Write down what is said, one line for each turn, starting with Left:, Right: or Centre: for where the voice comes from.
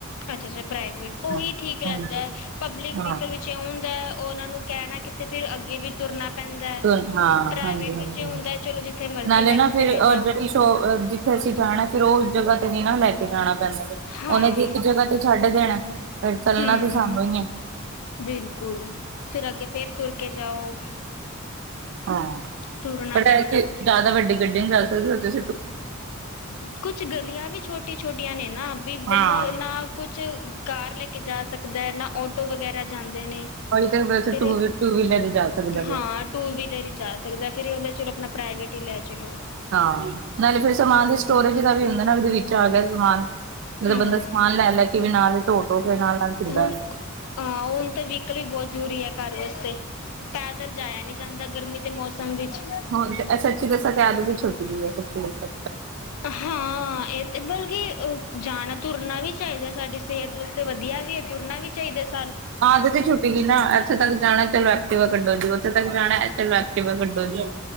Left: ਅੱਛਾ-ਅੱਛਾ ਪ੍ਰਾਈਵੇਟ ਉਹੀ
Right: ਹਾਂ
Left: ਠੀਕ ਰਹਿੰਦਾ
Right: ਹਾਂਜੀ
Left: ਐ ਪਬਲਿਕ
Right: ਹਾਂ
Left: ਵਹੀਕਲ ਚਿਉਂਦਾ ਉਹ ਉਹਨਾਂ ਨੂੰ ਕਹਿਣਾ ਕਿਥੇ ਫਿਰ ਅੱਗੇ ਵੀ ਤੁਰਨਾ ਪੈਂਦਾ ਹੈ
Right: ਧੁਨ ਹਾਂ
Left: ਪ੍ਰਾਈਵੇਟ
Right: ਹਾਂਜੀ
Left: ਵਿੱਚ
Right: ਹਾਂਜੀ
Left: ਇਹ
Right: ਹਾਂਜੀ
Left: ਹੁੰਦਾ ਚਲੋ ਜਿੱਥੇ ਮਰਜ਼ੀ
Right: ਨਾਲੇ
Left: ਲੈ
Right: ਨਾ
Left: ਕੇ
Right: ਫਿਰ
Left: ਚਲੇ
Right: ਅ
Left: ਜਾਓ।
Right: ਜਿਹੜੀ ਜਿੱਥੇ ਅਸੀਂ ਜਾਣਾ ਫੇਰ ਉਹ ਜਗ੍ਹਾ ਤੇ ਨੀਂ ਨਾ ਲੈ ਕੇ ਜਾਣਾ ਪੈਂਦਾ।
Left: ਹਾਂ
Right: ਉਹਨੇ ਦੀ ਇੱਕ ਜਗ੍ਹਾ ਤੇ ਛੱਡ ਦੇਣਾ ਫਿਰ ਚੱਲਣਾ
Left: ਹਮ
Right: ਤਾਂ ਸਾਨੂੰ ਹੀ ਐ।
Left: ਬਿਲਕੁਲ ਫਿਰ ਅੱਗੇ ਫੇਰ ਤੁਰ ਕੇ ਜਾਓ।
Right: ਹਾਂ
Left: ਤੁਰਨਾ
Right: ਬਟ
Left: ਪੈਂਦਾ
Right: ਇਹ ਕੇ ਜ਼ਿਆਦਾ ਵੱਡੀ ਗੱਡੀ ਨ ਚੱਲ ਸਕਦੇ ਉਥੇ
Left: ਕੁਛ ਗਲੀਆਂ ਵੀ ਛੋਟੀ ਛੋਟੀਆਂ ਨੇ ਨਾ ਵੀ
Right: ਹਾਂ
Left: ਬੰਦਾ ਨਾ ਕੁਛ ਕਾਰ ਲੈ ਕੇ ਜਾ ਸਕਦਾ ਐ ਨਾ ਆਟੋ ਵਗੈਰਾ ਜਾਂਦੇ ਨੇ।
Right: ਤਾਂ ਵੈਸੇ
Left: ਫਿਰ
Right: ਟ ਟੂ ਵੀਲਰ ਹੀ ਜਾ ਸਕਦਾ ਫਿਰ।
Left: ਹਾਂ ਟੂ ਵੀਲਰ ਹੀ ਜਾ ਸਕਦਾ ਫਿਰ ਉਹਦਾ ਚਲੋ ਆਪਣਾ ਪ੍ਰਾਈਵੇਟ ਹੀ ਲੈ ਚਲੋ।
Right: ਹਾਂ ਨਾਲੇ ਫਿਰ ਸਮਾਨ ਦੇ ਸਟੋਰੇਜ ਦਾ ਵੀ ਹੁੰਦਾ ਨਾ ਉਹਦੇ ਵਿੱਚ ਆ ਗਿਆ ਸਮਾਨ ਮਤਲਬ
Left: ਹੂੰ
Right: ਬੰਦਾ ਸਮਾਨ ਲੈ ਲੈ ਕੇ ਵੀ ਨਾਲ ਹੀ ਟੋ ਟੋ ਹੋਵੇ ਨਾਲ ਨਾਲ ਇਦਾਂ
Left: ਹੁਣ
Right: ਹੋ
Left: ਹਾਂ ਹੁਣ ਤਾਂ ਵਹੀਕਲ ਵੀ ਬਹੁਤ ਜ਼ਰੂਰੀ ਹੈ ਘਰ ਵਾਸਤੇ ਪੈਦਲ ਜਾਇਆ ਨਹੀਂ ਜਾਂਦਾ ਗਰਮੀ ਦੇ ਮੌਸਮ ਮੌਸਮ ਵਿੱਚ
Right: ਹੁਣ ਤੇ ਸੱਚੀ ਦੱਸਾ ਤੇ ਆਲੂ ਦੀ ਛੋਟੀ ਜੀ ਐ ਸੱਚੀ ਦੱਸਾ
Left: ਹਾਂ ਇਹ ਤੇ ਬਲਕਿ ਜਾਣਾ ਤੁਰਨਾ ਵੀ ਚਾਹੀਦਾ। ਸਾਡੀ ਸਿਹਤ ਵਾਸਤੇ ਵਧੀਆ ਵੀ ਐ ਤੁਰਨਾ ਵੀ ਚਾਹੀਦਾ ਸੀ।
Right: ਆਦਤ ਤੇ ਛੁੱਟਗੀ ਨਾ, ਇੱਥੇ ਤੱਕ ਜਾਣਾ ਚਲੋਥ ਵਾ ਕੱਢੋ ਜੀ ਉੱਥੇ ਤੱਕ ਜਾਣਾ ਚੱਲ ਐਕਟਿਵਾ ਕੱਢੋ ਜੀ